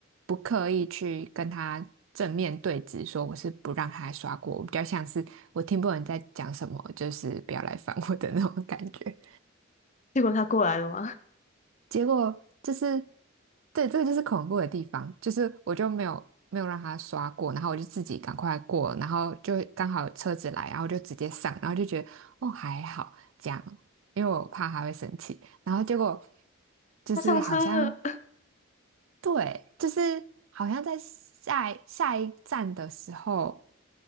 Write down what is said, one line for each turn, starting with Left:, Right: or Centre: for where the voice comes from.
Right: 不刻意去跟他正面对峙，说我是不让他刷过，我比较像是我听不懂你在讲什么，就是不要来烦我的那种感觉。
Left: 结果他过来了吗？
Right: 结果就是，对，这个就是恐怖的地方，就是我就没有没有让他刷过，然后我就自己赶快过，然后就刚好车子来，然后就直接上，然后就觉得哦还好这样，因为我怕他会生气，然后结果
Left: <laughs>
Right: 就是好像
Left: 他上车了
Right: 对，就是好像在下一下一站的时候。